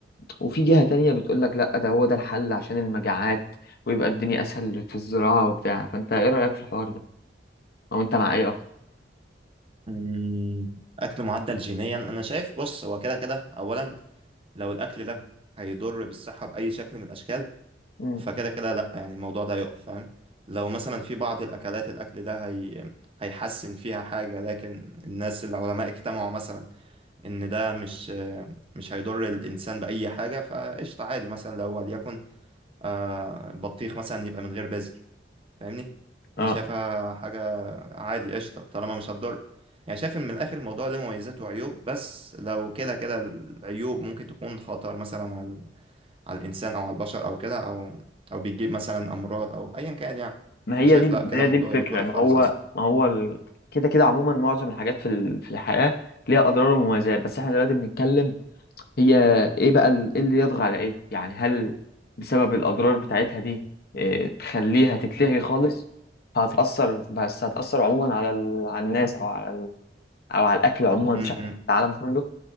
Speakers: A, on the left; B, on the right.
A: وفي جهة تانية بتقول لك لأ ده هو ده الحل عشان المجاعات ويبقى الدنيا أسهل في الزراعة وبتاع فأنت إيه رأيك في الحوار ده؟ أو أنت مع إيه أكتر؟
B: مم. اكل معدل جينيا انا شايف بص هو كده كده اولا لو الاكل ده هيضر بالصحه باي شكل من الاشكال
A: مم.
B: فكده كده لا يعني الموضوع ده يقف فاهم لو مثلا في بعض الاكلات الاكل ده هي... هيحسن فيها حاجه لكن الناس العلماء اجتمعوا مثلا ان ده مش مش هيضر الانسان باي حاجه فقشطه عادي مثلا لو وليكن آه، بطيخ مثلا يبقى من غير بذر فاهمني
A: اه
B: دي شايفها حاجة عادي قشطة طالما مش هتضر يعني شايف ان من الاخر الموضوع له مميزات وعيوب بس لو كده كده العيوب ممكن تكون خطر مثلا على على الانسان او على البشر او كده او او بتجيب مثلا امراض او ايا كان يعني
A: ما
B: فشايف
A: هي دي ما
B: لا كده
A: هي
B: الموضوع
A: دي الفكرة
B: يتوقف
A: ما
B: خالص
A: هو
B: اصلا
A: ما هو ال... كده كده عموما معظم الحاجات في ال... في الحياة ليها أضرار ومميزات بس احنا دلوقتي بنتكلم هي إيه بقى ال... إيه اللي يطغى على إيه يعني هل بسبب الأضرار بتاعتها دي إيه تخليها تتلغي خالص فهتأثر بس هتأثر عموما على ال... على الناس أو على ال... أو على الأكل عموما
B: امم
A: بشكل عام في العالم كله